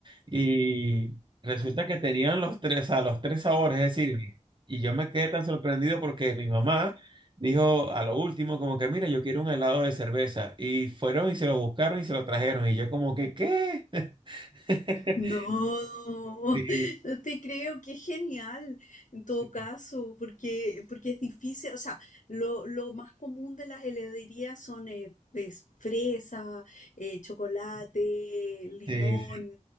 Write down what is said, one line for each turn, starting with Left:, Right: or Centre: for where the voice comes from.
Right: y resulta que tenían los tres, a los tres sabores, es decir. Y yo me quedé tan sorprendido porque mi mamá dijo a lo último como que, mira, yo quiero un helado de cerveza. Y fueron y se lo buscaron y se lo trajeron. Y yo como que, ¿qué? <laughs>
Left: No, <laughs>
Right: Sí,
Left: no te creo, qué genial en todo
Right: sí,
Left: caso, porque, porque es difícil, o sea, lo, lo más común de las heladerías son eh, es fresa, eh, chocolate, limón,
Right: sí.